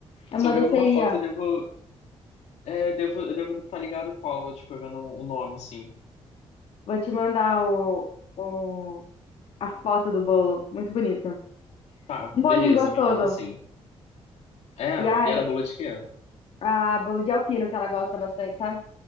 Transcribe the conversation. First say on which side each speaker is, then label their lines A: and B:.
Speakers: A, on the left; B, on the left.
A: É
B: Se
A: uma
B: eu ver
A: doceria.
B: alguma foto, eu devo, é, eu devo, eu devo estar ligado qual, tipo, vendo o nome, assim.
A: Vou te mandar o, o, a foto do bolo. Muito bonito.
B: Tá,
A: Um
B: beleza,
A: bolinho gostoso.
B: me manda sim É,
A: E ai,
B: e era bolo de quê?
A: a bolo de alpino que ela gosta bastante, sabe?